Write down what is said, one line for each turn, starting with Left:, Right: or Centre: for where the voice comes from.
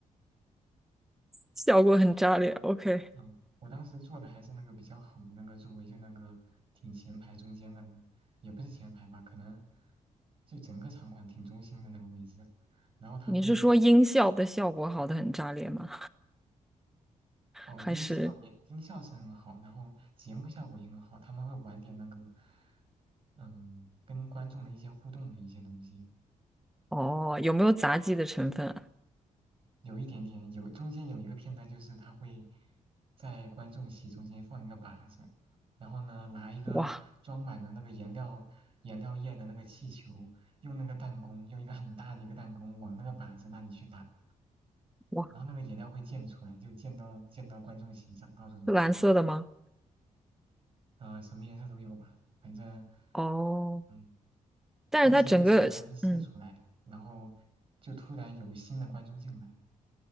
Centre: 效果很炸裂。OK，
Right: 嗯，我当时坐的还是那个比较好的那个座位，就那个挺前排中间的，也不是前排吧，可能就整个场馆挺中心的那个位置。然后他会，
Centre: 你是说音效的效果好的很炸裂吗？
Right: 哦，
Centre: 还是？
Right: 音效也音效是很好，然后节目效果也很好，他们会玩点那个，嗯，跟观众的一些互动的一些东西。
Centre: 哦，有没有杂技的成分啊？
Right: 有一点点，有中间有一个片段，就是他会在观众席中间放一个靶子，然后呢，拿一个装满了那个颜料颜料液的那个气球，
Centre: 哇
Right: 用那个弹弓，用一个很大的一个弹弓往那个靶子那里去打，
Centre: 哇，
Right: 然后那个颜料会溅出来，就溅到溅到观众席上，到处都是，
Centre: 是蓝色的吗？
Right: 呃，什么颜色都有吧，反正，
Centre: 哦，
Right: 嗯，
Centre: 但是它整个，
Right: 当时那个球还没射出来，
Centre: 嗯，
Right: 然后就突然有新的观众进来，